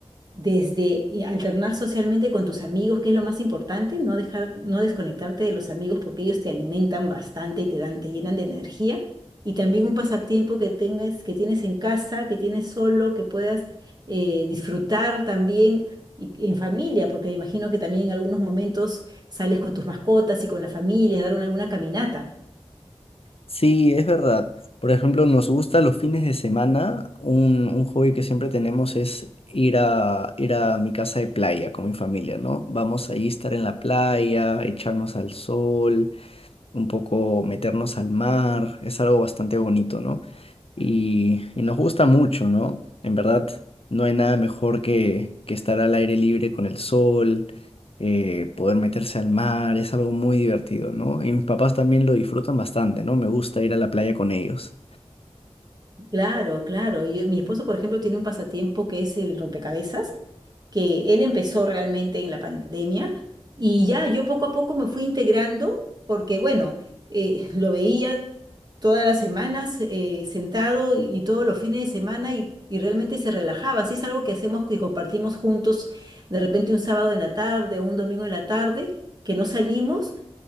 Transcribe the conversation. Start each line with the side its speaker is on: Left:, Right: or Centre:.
Right: desde y alternar socialmente con tus amigos, que es lo más importante, no dejar, no desconectarte de los amigos porque ellos te alimentan bastante y te dan, te llenan de energía. Y también un pasatiempo que tengas, que tienes en casa, que tienes solo, que puedas eh, disfrutar también y- y en familia, porque me imagino que también en algunos momentos sales con tus mascotas y con la familia, a dar una- alguna caminata.
Left: Sí, es verdad. Por ejemplo, nos gusta los fines de semana. Un, un hobby que siempre tenemos es ir a, ir a mi casa de playa con mi familia, ¿no? Vamos ahí a estar en la playa, echarnos al sol, un poco meternos al mar. Es algo bastante bonito, ¿no? y, y nos gusta mucho, ¿no? En verdad, no hay nada mejor que, que estar al aire libre con el sol, eh, poder meterse al mar, es algo muy divertido, ¿no? Y mis papás también lo disfrutan bastante, ¿no? Me gusta ir a la playa con ellos.
Right: Claro, claro. Yo- mi esposo, por ejemplo, tiene un pasatiempo que es el rompecabezas. que él empezó realmente en la pandemia y ya yo poco a poco me fui integrando porque, bueno, eh, <laughs> lo veía todas las semanas eh, sentado y todos los fines de semana y, y realmente se relajaba. Así es algo que hacemos y compartimos juntos de repente un sábado en la tarde, un domingo en la tarde, que no salimos